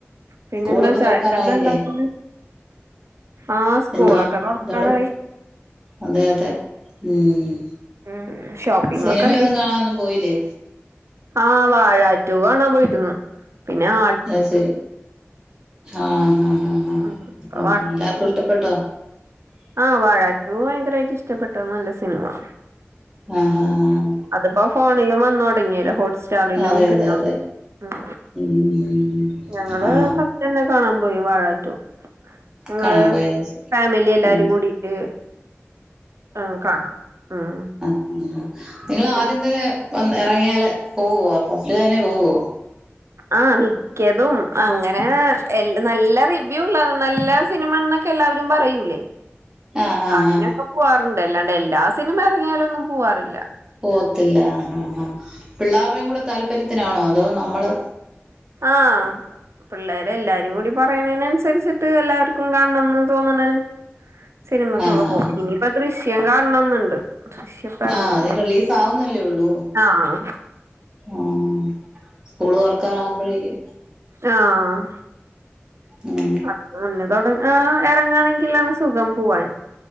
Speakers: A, on the right; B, on the right.
A: പിന്നെ
B: സ്കൂളൊക്കെ
A: എന്താ ചായക്ക്
B: തുറക്കാറായില്ലേ?
A: എന്താ ഇണ്ടാക്കല്? ആ സ്കൂളക്കെ
B: എന്തുവാ?
A: തൊർക്കാറായി.
B: എന്തോട്? അതെ അതെ ഉം
A: ഉം ഷോപ്പിംഗ്
B: സിനിമയൊന്നും
A: ഒക്കെ
B: കാണനൊന്നും പോയില്ലേ?
A: ആ വാഴാ റ്റു കാണാൻ <unintelligible> പിന്നെ ആ
B: ആഹ് ശരി ആഹ് ആഹ് ആഹ് ആഹ് ആഹ്
A: ഉം ഇപ്പൊ
B: എല്ലാവർക്കു ഇഷ്ടപ്പെട്ടോ?
A: ആ വാഴാറ്റു ഭയങ്കരായ്ട്ട് ഇഷ്ടപ്പെട്ട് നല്ല സിനിമ.
B: ആഹാ ആഹ് ആഹ്
A: അത്പ്പം ഫോണിലും വന്ന് തൊടങ്ങിയല്ലോ ഹോട്ട്സ്റ്റാറിലും
B: അതെ
A: കിട്ടാ
B: അതെ അതെ
A: ഉം
B: ഉം ഉം ഉം
A: ഞങ്ങള്
B: ആഹ്
A: ഫസ്റ്റ്ന്നെ കാണാ പോയി വാഴ റ്റു. ഞങ്ങള്
B: കാണാൻ പോയ അത് ശരി
A: ഫാമിലി എല്ലാരും
B: ഉം
A: കൂടിട്ട് ആ കാണാം ഉം
B: <unintelligible> നിങ്ങള്
A: ഒരു
B: ആദ്യം തന്നെ വന്ന് എറങ്ങിയാല് പോവോ ഫസ്റ്റ്ല് തന്നെ പോവോ?
A: ആ മിക്കതും അങ്ങനെ എൽ നല്ല റിവ്യൂ ഇള്ള നല്ല സിനിമന്നക്കെ എല്ലാവരും പറയൂലേ
B: ആഹ് ആഹ്
A: അതിനെക്കേ
B: ആഹ്
A: പോവാറുണ്ട് എല്ലാണ്ടേ എല്ലാ സിനിമ എറങ്ങിയാലൊന്നും പോവാറില്ല.
B: പോവത്തില്ല ആ ആ ആ പിള്ളാർടെ കൂടെ താല്പര്യത്തിനാണോ അതോ നമ്മള്?
A: ആഹ് പിള്ളാര് എല്ലാരും കൂടി പറയ്ണേന് അന്സര്ച്ചിട്ട് എല്ലാർക്കും കാൺണന്ന് തോന്ന്ണ്. സിനിമക്കൊക്കെ
B: ആഹ്
A: പോവും
B: ആഹ് ആഹ്
A: ഇനിയിപ്പം ദൃശ്യം കാൺണന്ന്ണ്ട് ദൃശ്യം. ഇറങ്ങൂലേ
B: ആഹ് അത് ന് റിലീസ് ആവുന്നല്ലേ ഒള്ളൂ
A: ആഹ്
B: ആഹ് സ്കൂള് തോറക്കാറ ആവുമ്പഴേക്കും
A: ആഹ് ആഹ്
B: ഉം
A: <unintelligible> മന്ന തോണ്ട് ആഹ് എറങ്ങാണെങ്കിലാണ് സുഖം പോവാൻ